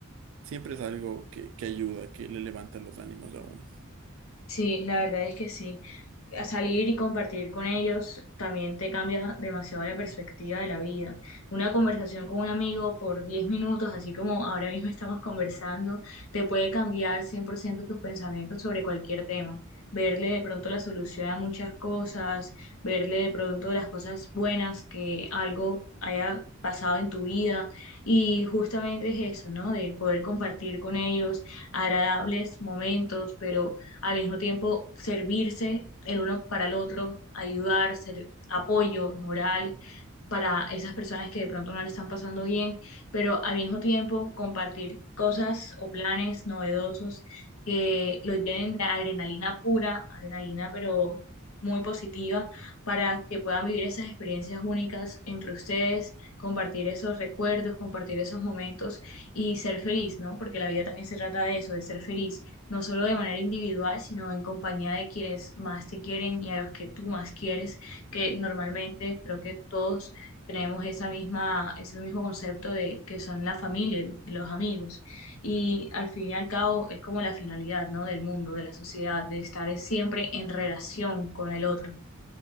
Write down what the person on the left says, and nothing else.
Sí, la verdad es que sí. a salir y compartir con ellos también te cambia demasiado la perspectiva de la vida. Una conversación con un amigo por 10 minutos, así como ahora mismo estamos conversando, te puede cambiar 100% tus pensamientos sobre cualquier tema. Verle de pronto la solución a muchas cosas, verle de pronto las cosas buenas que algo haya pasado en tu vida y justamente es eso, ¿no? De poder compartir con ellos agradables momentos, pero al mismo tiempo servirse el uno para el otro, ayudar, ser apoyo moral para esas personas que de pronto no le están pasando bien, pero al mismo tiempo compartir cosas o planes novedosos que los llenen de adrenalina pura, adrenalina pero muy positiva, para que puedan vivir esas experiencias únicas entre ustedes, compartir esos recuerdos, compartir esos momentos y ser feliz, ¿no? Porque la vida también se trata de eso, de ser feliz, no solo de manera individual, sino en compañía de quienes más te quieren y a los que tú más quieres, que normalmente creo que todos tenemos esa misma, ese mismo concepto de que son la familia, y los amigos. Y al fin y al cabo es como la finalidad, ¿no? del mundo, de la sociedad, de estar siempre en relación con el otro.